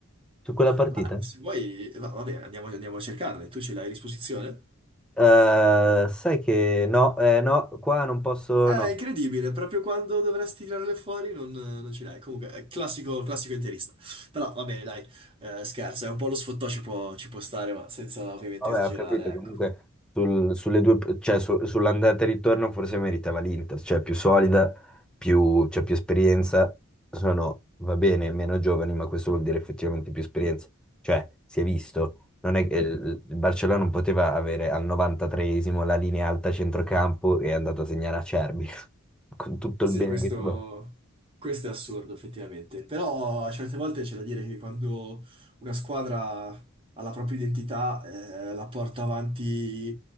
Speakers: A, in the centre; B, on the right.
A: su quella partita?
B: ma se vuoi, va, va bene, andiamo, andiamo a cercarle, tu ce l'hai a disposizione?
A: Eh, sai che no, eh, no, qua non posso,
B: È
A: no.
B: incredibile, proprio quando dovresti tirarle fuori non, non ce l'hai. Comunque, è classico, classico interista. Però va bene, dai, eh, scherzo, è un po' lo sfottò ci può, ci può stare, ma senza ovviamente
A: Vabbè,
B: esagerare,
A: ho capito, comunque
B: ecco.
A: sul- sulle due, cioè, su- sull'andata e ritorno forse meritava l'Inter, cioè più solida, più, cioè, più esperienza, sono, va bene, meno giovani, ma questo vuol dire effettivamente più esperienza, cioè si è visto, non è, che- il il Barcellona non poteva avere al 93esimo la linea alta a centrocampo e è andato a segnare a Acerbi, <laughs> con tutto il
B: Sì,
A: bene
B: questo,
A: che ti può.
B: questo è assurdo effettivamente, però a certe volte c'è da dire che quando una squadra ha la propria identità eh, la porta avanti